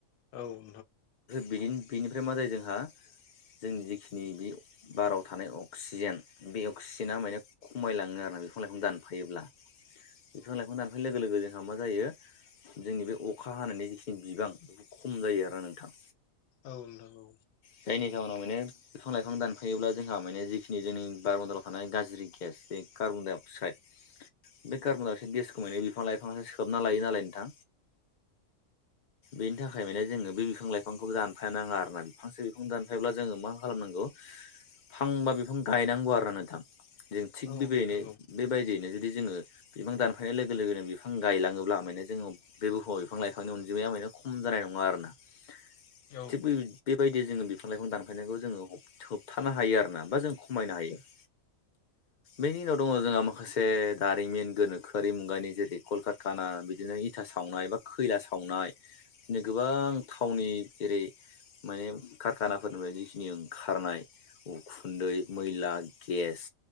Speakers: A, on the left; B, on the left.
A: औ
B: बेनिफ्राय मा जायो जोंहा जोंनि जेखिनि बे बाराव थानाय अक्सिजेन बे अक्सिजेना माने खमायलाङो आरोा बिफां लाइफां दानफायोब्ला। बिफां
A: औ।
B: लाइफां दानफैनाय लोगो लोगो जोंहा मा जायो जोंनि बे अखा हानायनि जिखिनि बिबां बेफोर खम जायो आरो नोंथां।
A: औ नंगौ औ
B: जायनि जाहोनाव माने बिफां लाइफां दानफायोब्ला जोंहा माने जिखिनि जोंनि बारमन्दालाव थानाय गाज्रि गेस बे कार्बन डाइ अक्साइड बे कारमोन दावसे गेस खमायनाय बिफां लाइफां बिफां सोबना लायो नालाय नोंथां बेनि थाखाय माने जोङो बे बिफां लाइ बिफांखौबो दानफायानो नाङा आरोना बिफांसे बिफां दानफायोब्ला जोङो मा खालामनांगौ फांबा बिफां गायनांगौ आरो नोंथां। जों थिग
A: औ नोंथां औ
B: बेबाययैनो
A: नोंथां औ
B: बेबायदियैनो जुदि जोङो बिबां दानफायनाय लोगो लोगोनो बे बिफां गायलाङोब्ला माने जोङो बे बुहुमाव बिफां लाइफांनि अनजिमाया मे खम जानाय नङा आरोना
A: औ
B: <unintelligible> बेबायदि जोङो बिफां लाइफां दानफायनायखौ जोङो होबथानो हायो आरोना बा जों खमायनो हायो। बेनि उनाव दङ जोंहा माखासे दारिमिन गोनोखोआरि मुगानि जेरै कलकाताना बिदिनो इथा सावनाय बा खैला सावनाय बिदिनो गोबां थावनि जेरै माने कारखानाफोरनिफ्राय जिखिनि ओंखारनाय उखुन्दै मैला गेस